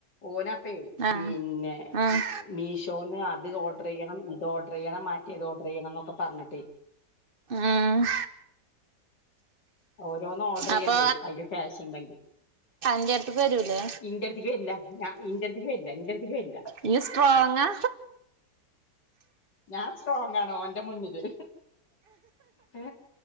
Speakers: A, on the left; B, on the right.
A: ഓനപ്പേ
B: ആഹ്
A: പിന്നെ
B: ആഹ്
A: മീഷോന്ന് അത് ഓഡ്രെയ്യണം ഇ ലോഡ്രയ്യണം മാറ്റിയത് ഓഡറെയ്യണന്നൊക്ക പറഞ്ഞിട്ടേ
B: ആഹ്
A: ഓരോന്ന് ഓഡ്രയ്യേണ്ടി
B: അപ്പൊ
A: വെരും അയില് ക്യാഷ് ഒണ്ടെങ്കി
B: നീ അടുത്തെക്ക് വരൂലേ
A: ഇന്റട്ത്ത്ക്ക് വെര്ല്ല ഞാ ഇന്റട്ത്ത്ക്ക് വെര്ല്ല ഇന്റട്ത്ത്ക്ക് വെര്ല്ല
B: ഇയ്യ് സ്ട്രോങ്ങാ
A: ഞാൻ സ്ട്രോങ്ങാണ് ഓന്റെ മുന്നില് ഹ്